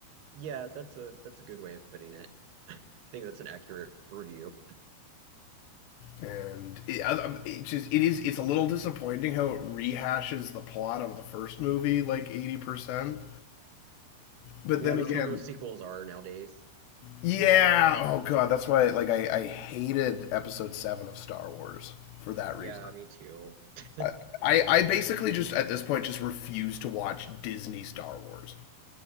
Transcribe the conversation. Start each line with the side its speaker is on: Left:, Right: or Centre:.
Right: Yeah, that's a that's a good way of putting it. <laughs> I think that's an accurate review.
Left: and it, it just it is it's a little disappointing how it rehashes the plot of the first movie like eighty percent. But
Right: Yeah,
Left: then
Right: that's
Left: again,
Right: how most sequels are nowadays.
Left: Yeah. Oh god, that's why. Like, I, I hated Episode Seven of Star Wars for that
Right: Yeah,
Left: reason.
Right: me too. <laughs>
Left: I, I I basically just at this point just refuse to watch Disney Star Wars.